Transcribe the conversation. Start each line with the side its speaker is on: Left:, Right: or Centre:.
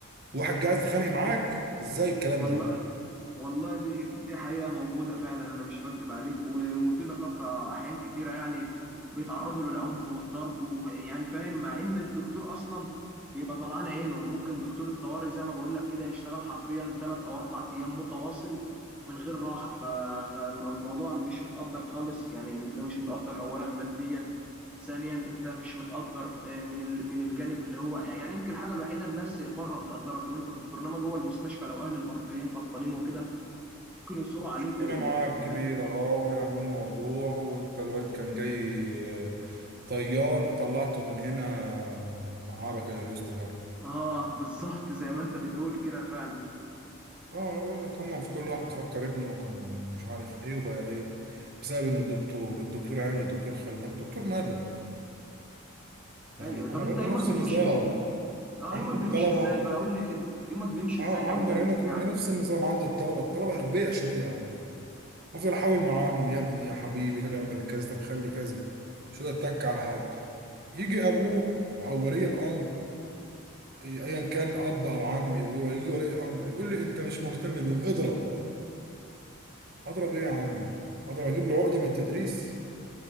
Right: واحد جاهز تخانق معاك ازاي الكلام
Centre: والله
Right: ده
Centre: والله دي دي حقيقة موجودة فعلا أنا مش بكدب عليك و- وفي دكاترة أحيان كتيرة يعني بيتعرضوا للعنف والضرب ويعني فاهم مع إن الدكتور أصلا بيبقى طلعان عينه وممكن دكتور الطوارئ زي ما بقول لك كده يشتغل حرفيا ثلاث أو أربع أيام متواصل من غير راحة ف... فالموضوع مش متقدر خالص يعني أنت مش متقدر أولا ماديا ثانيا انت مش متقدر آه، من ال- من الجانب اللي هو يعني يمكن الحاجه الوحيده الناس بره بتقدرك ان انت دكتور انما جوه المستشفى لو اهل المريض جايين غضبانين وكده ممكن يصروا عليك
Right: كده
Centre: ويعني
Right: معاك كبير
Centre: فاهم
Right: اه وهيعملوا موضوع وانت الواد كان جاي طيار طلعته من هنا معاه بكالوريوس تجارة
Centre: اه بالظبط زي ما انت بتقول كده فعلا
Right: اه انا بقول لك هم في كل واحد مفكر ابنه كان مش عارف ايه وبقى ايه بسبب ان الدكتور الدكتور عامل الدكتور خلى طب الدكتور ماله يعني
Centre: ايوه طب
Right: انا برضو
Centre: انت
Right: نفس
Centre: يومك بيمشي
Right: النظام
Centre: ازاي اه
Right: عند
Centre: يومك
Right: الطلبة
Centre: بيمشي ازاي بقى قول لي كده يومك بيمشي
Right: اه
Centre: ازاي كمدرس
Right: عندي انا اقول لك إن
Centre: يعني
Right: انا نفس النظام عند الطلبة الطلبة اغبياء شوية يعني بفضل احاول معاهم يا ابني يا حبيبي طب اعمل كذا طب خلي كذا مش قادر اتك على حد يجي ابوه او ولي الامر إيه، ايا كان اب او عمي ويجي ولي الامر يقول لي انت مش مهتم بيهم اضرب اضرب ايه يا عم اضرب اجيب له عقده من التدريس